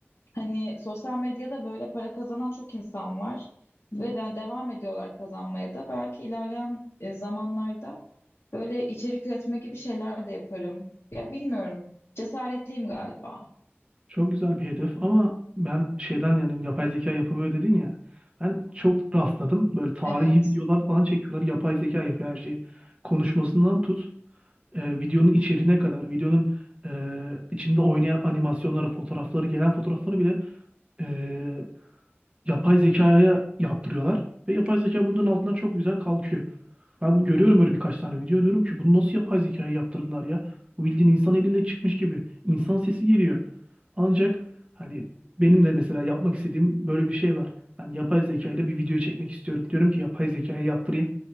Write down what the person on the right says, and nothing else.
Çok güzel bir hedef ama ben şeyden yanayım yapay zeka yapamıyor dedin ya. Ben çok rastladım. Böyle tarihi
videolar falan çekiyorlar. Yapay zeka yapıyor her şeyi. Konuşmasından tut e, videonun içeriğine kadar, videonun e, içinde oynayan animasyonları, fotoğrafları, gelen fotoğrafları bile e, yapay zekaya yaptırıyorlar. Ve yapay zeka bunun altından çok güzel kalkıyor. Ben görüyorum öyle birkaç tane video diyorum ki bunu nasıl yapay zekaya yaptırdılar ya? Bu bildiğin insan eliyle çıkmış gibi. İnsan sesi geliyor. Ancak hani benim de mesela yapmak istediğim böyle bir şey var. Ben yapay zeka ile bir video çekmek istiyorum. Diyorum ki yapay zekaya yaptırayım.